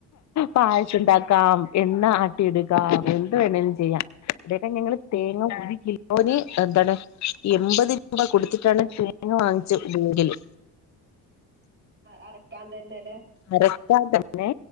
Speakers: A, on the left; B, on the right.
A: പായസമുണ്ടാക്കാം എണ്ണ ആട്ടി ഇടക്കാം എന്ത് വേണമേലു ചെയ്യ അതൊക്കെ ഞങ്ങള് തേങ്ങ
B: ആ
A: ഒരുകിലോ ഓന് എന്താണ് എൺപത് രൂപ കൊടുത്തിട്ടാണ് തേങ്ങ വാങ്ങിച്ച് ഉപയോഗിക്കല്
B: അറക്കാൻ തന്നെയല്ലെ
A: അടക്കാൻ തന്നെ